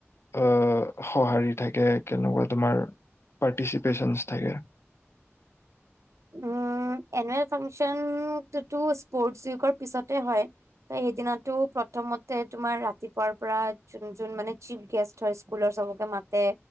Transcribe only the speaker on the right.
উম, এনুৱেল ফাংচনটোটো স্পৰ্টচ উইকৰ পিছতে হয়। ত, সেইদিনাটো প্ৰথমতে তোমাৰ ৰাত- তিপুৱাৰ পৰা যোন মানে চিফ গেষ্ট হয় স্কুলৰ চবকে মাতে।